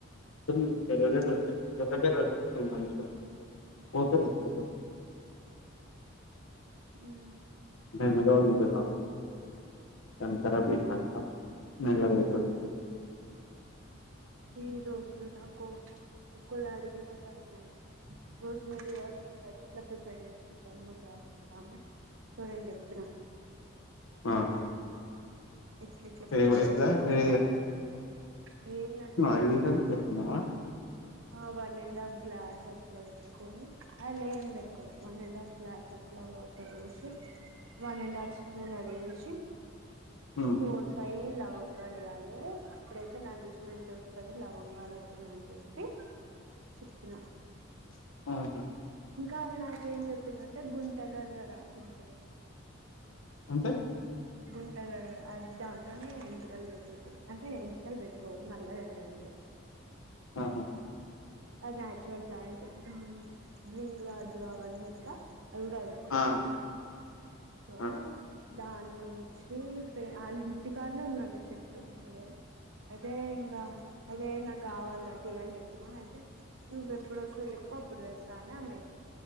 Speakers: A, on the left; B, on the right.
A: కానీ పెరుగనే పెర్ <unintelligible> పోతే మంచిదే
B: హుమ్
A: మీనా్రౌలి కద దాన్ని కరాబ్ చేసినంక మెల్లగైతది
B: ఈ రోజు నాకు ఒక్కోళ్ళు అడిగినారంట రోజ్ మేరీ వాటర్ ఎట్లా ప్రిపేర్ చేసుకుంటం మా క్లాస్ కరెక్టుగా నేను చెప్పిన
A: ఆహా!
B: పెట్టేట్ల ప్రిపేర్
A: ఏవ ఎట్లా
B: చేసుకోలే
A: ఏ
B: నేను చెప్పిన లేదండి
A: అయిందని చెప్పిన
B: ఆ వన్ అండ్ హాఫ్ గ్లాస్ అట్లా పెట్టుకొని అ లే ఏం పెట్టుకోలేదు వన్ అండ్ హాఫ్ గ్లాస్ అట్లా వాటర్ పోసి వన్ అండ్ హాఫ్ స్పూన్ అది ఏసి
A: హ్మ్.
B: ఫోర్ ఫైవ్ లవంగాలు వవ్వాలి అప్పుడైతే నా దసినట్ వస్తుంది లవంగాలతో నని చెప్పే చెప్తున్నా
A: ఆహా!
B: ఇంకా ఆమె నా ఏం చెప్పింద అంటే గుంటగరగాడా ఆకుంటుంది
A: అంటే
B: గుంటగడిరాకు అ దాంతోనే ఎంటికలు పెరుగుతాయి అంటే ఎంటికలు పెరగవు నల్లగా అవుతా అంటే
A: ఆహ
B: ఆ న్యాచురల్ ప్లాంట్ బంగ్రాజు అవన్నీ ఎంత ఉన్నది అదొక్కటి
A: ఆ!
B: సో
A: ఆ!
B: దానించి శ్రీ పే ఇంటి కారనే ఉందండ చెట్టు అదే అదే ఇంకా అదే నాకు కావాలి అని చెప్పున అయితే నువ్వు ఎప్పుడు వస్తవు ఎప్పు అప్పుడు తెస్తా అని అమ్